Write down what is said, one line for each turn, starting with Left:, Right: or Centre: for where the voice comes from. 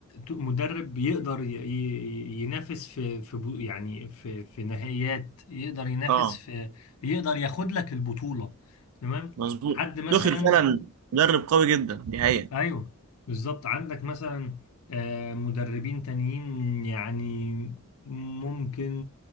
Left: مدرب يقدر ي- ي- ينافس في في بو- يعني في في نهائيات يقدر ينافس
Right: اه
Left: في يقدر ياخد لك البطولة تمام
Right: مظبوط
Left: حد مثلا
Right: توخيل فعلا مدرب قوي جدا دي حقيقة
Left: ايوه بالظبط عندك مثلا آه، مدربين تانيين يعني ممكن